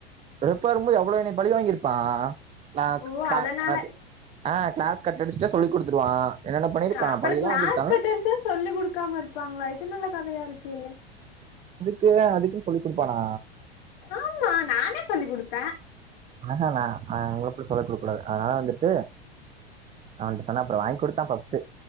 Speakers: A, on the right (about 20°); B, on the left (about 60°).
A: ரெப்பா இருக்கும்போது எவ்ளோ என்ன பழி வாங்கியிருப்பா ந
B: ஓ
A: கா
B: அதனால
A: நது ஆஹ கிளாஸ் கட்டடிச்சட்டு சொல்லி குடுத்துருவா என்னென்ன பண்ணிருக்கா
B: அ அப்ற
A: பழியெல்லா
B: க்ளாஸ்
A: வாங்கிருக்கா
B: கட்டருச்சா சொல்லி குடுக்காம இருப்பாங்களா இது நல்ல கதையா இருக்கே
A: கில்ல அதுக்குன்னு சொல்லி் குடுப்பானா
B: ஆமா நானே சொல்லி் குடுத்தே
A: ஆ க நான் அவங்க சொல்லி குடுக்க கூடாது அதனால வந்துட்டு அவன்கிட்ட சொன்னா அப்புறம் வாங்கி் கொடுத்தான் ஃபர்ஸ்ட்